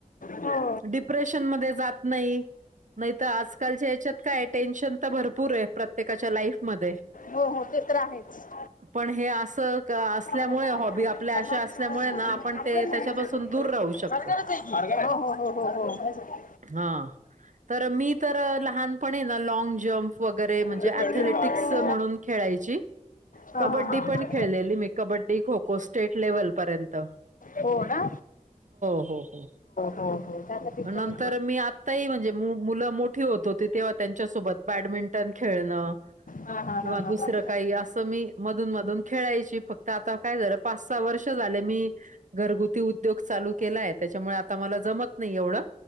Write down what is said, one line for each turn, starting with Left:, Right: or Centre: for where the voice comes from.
Left: हो
Right: डिप्रेशन मध्ये जात नाही. नाही तर आजकालच्या याच्यात काय टेन्शन तर भरपूर आहे प्रत्येकाच्या लाईफमध्ये
Left: हो हो ते तर आहेच.
Right: पण हे असं क- असल्यामुळे
Left: <unintelligible>
Right: हॉबी आपल्या अशा असल्यामुळे ना आपण ते त्याच्यापासून
Left: <unintelligible>
Right: दूर राहू शकतो. हा तर मी तर लहानपणी आहे ना लाँग जम्प. वैगेरे म्हणजे
Left: अरे कळली
Right: अथेलेटिक्स
Left: रे खारघरची.
Right: म्हणून खेळाची
Left: हा,
Right: कबड्डी
Left: हा. हा, हा, हा.
Right: पण खेळलेली मी. कबड्डी खो खो स्टेट लेवल पर्यंत हो.
Left: हो ना
Right: हो हो
Left: हो हो त्याचं पिक्चर
Right: नंतर मी आताही म्हणजे मुलं मोठी होत होती तेव्हा त्यांच्या सोबत बॅडमिंटन खेळणं.
Left: हा हा
Right: किंवा
Left: हा हा
Right: दुसरं
Left: हा
Right: काही असं मी मधून मधून खेळायची फक्त आता. आता काय झालं पाच सहा वर्ष झाले मी घरगुती उद्योग चालू.. केलाय त्याच्यामुळे आता मला जमत नाही एवढं